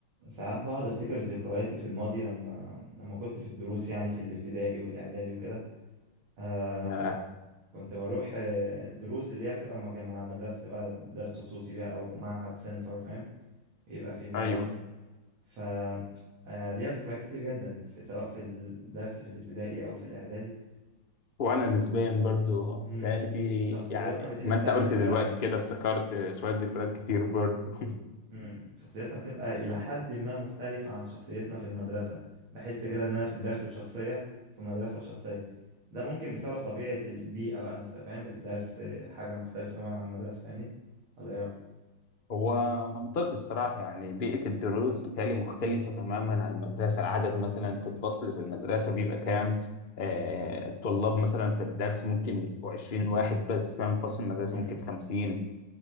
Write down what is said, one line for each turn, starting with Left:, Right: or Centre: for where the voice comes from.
Right: ساعات بقعد افتكر ذكرياتي في الماضي لما لما كنت في الدروس يعني في الابتدائي والاعدادي وكده آم،
Left: ياه
Right: كنت بروح آه، دروس اللي هي بتبقى مجمعة مع المدرسة بتبقى درس خصوصي بقى او معهد سنتر فاهم بيبقى فيه المواد
Left: ايوه
Right: ف آه، ليا ذكريات كتير جدا في سواء في الدرس في الابتدائي او في الاعدادي
Left: وانا نسبيا برضو
Right: مم،
Left: بتهيألي في
Right: شخصياتنا
Left: يعني
Right: بتحسها
Left: ما انت
Right: بتبقى
Left: قلت دلوقتي كده افتكرت شويه ذكريات كتير برضو <laughs>
Right: مم. شخصيتنا بتبقى إلى حد ما مختلفة عن شخصيتنا في المدرسة بحس كده إن أنا في الدرس بشخصية في مدرسة بشخصية ده ممكن بسبب طبيعة البيئة بقى نفسها فاهم الدرس حاجة مختلفة طبعا عن المدرسة فاهمني ولا إيه رأيك؟
Left: هو منطقي الصراحه يعني بيئه الدروس بتهيألي مختلفه تماما عن المدرسه العدد مثلا
Right: مم.
Left: في الفصل في المدرسه بيبقى كام آه الطلاب مثلا في الدرس ممكن يبقوا 20 واحد بس فاهم فصل المدرسه
Right: مم.
Left: ممكن 50